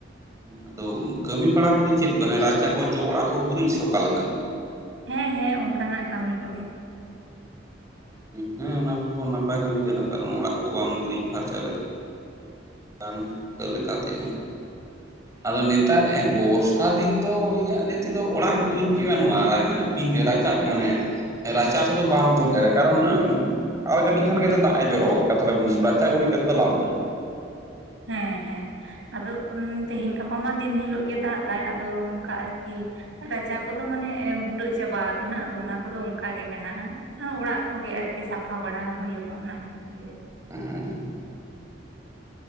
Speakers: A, on the right; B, on the right.
A: ᱟᱫᱚ ᱠᱟᱹᱢᱤ ᱵᱟᱲᱟ ᱠᱚᱫᱚ ᱪᱮᱫ ᱠᱟᱱᱟ ᱨᱟᱪᱟ ᱠᱚ ᱡᱚᱜ ᱚᱲᱟᱜ ᱠᱚ ᱜᱩᱨᱤᱡ ᱥᱮ ᱚᱠᱟᱞᱮᱠᱟ?
B: ᱦᱮᱸ ᱦᱮᱸ ᱚᱱᱠᱟᱱᱟᱜ ᱠᱟᱹᱢᱤ ᱠᱚᱜᱮ᱾
A: ᱦᱚᱸ ᱦᱮᱸ ᱚᱱᱟ ᱠᱚᱦᱚᱸ ᱱᱟᱯᱟᱭ ᱠᱟᱹᱢᱤ ᱠᱟᱱᱟ ᱠᱟᱨᱚᱱ ᱚᱲᱟᱜ ᱠᱚ ᱵᱟᱢ ᱜᱩᱨᱤᱡᱽ ᱯᱷᱟᱨᱪᱟ ᱞᱮᱱᱠᱷᱟᱱ ᱵᱟᱝ ᱦᱤᱛᱚᱜ ᱞᱮᱠᱟᱛᱮ
B: <inaudible>
A: ᱟᱫᱚ ᱱᱮᱛᱟᱨ ᱵᱚᱨᱥᱟ ᱫᱤᱱ ᱫᱚ ᱤᱧᱟᱹᱜ ᱞᱟᱹᱭ ᱛᱮᱫᱚ ᱚᱲᱟᱜ ᱜᱩᱨᱤᱡ ᱜᱮ ᱜᱟᱱᱚᱜᱼᱟ ᱤᱧ ᱨᱟᱪᱟ ᱢᱟᱱᱮ ᱨᱟᱪᱟ ᱠᱚᱫᱚ ᱵᱟᱢ ᱵᱩᱡᱽ ᱫᱟᱲᱮᱭᱟᱜᱼᱟ ᱠᱟᱨᱚᱱ ᱟᱨ ᱠᱟᱹᱴᱤᱡ ᱠᱷᱟᱱ ᱜᱮ ᱛᱚ ᱫᱟᱜ ᱮ ᱡᱚᱨᱚᱜ ᱜᱚᱫ ᱠᱚ ᱛᱟᱦᱮ ᱨᱟᱪᱟ ᱜᱩᱨᱤᱡ ᱠᱟᱛᱮᱫ ᱫᱚ ᱞᱟᱵᱷ ᱵᱟᱹᱱᱩᱜ-ᱟ᱾
B: ᱦᱮᱸ ᱦᱮᱸ ᱟᱫᱚ ᱛᱮᱦᱮᱧ ᱜᱟᱯ ᱟᱭᱢᱟ ᱫᱤᱱ ᱦᱤᱞᱟᱜ ᱜᱮ ᱫᱟᱜ ᱫᱟᱭ ᱟᱫᱚ ᱱᱚᱝᱠᱟ ᱟᱨᱠᱤ ᱨᱟᱪᱟ ᱠᱚᱫᱚ ᱢᱟᱱᱮ ᱵᱩᱰᱟᱹᱜ ᱪᱟᱵᱟ ᱟᱠᱟᱱᱟ ᱟᱫᱚ ᱚᱱᱟ ᱠᱚᱫᱚ ᱚᱱᱠᱟᱜᱮ ᱢᱮᱱᱟᱜᱼᱟ᱾ ᱚᱱᱟ ᱚᱲᱟᱜ ᱠᱚᱜᱮ ᱟᱨᱠᱤ ᱥᱟᱯᱷᱟ ᱵᱟᱲᱟ ᱦᱩᱭᱩᱜᱼᱟ ᱚᱱᱟ ᱛᱮᱜᱮ
A: <inaudible>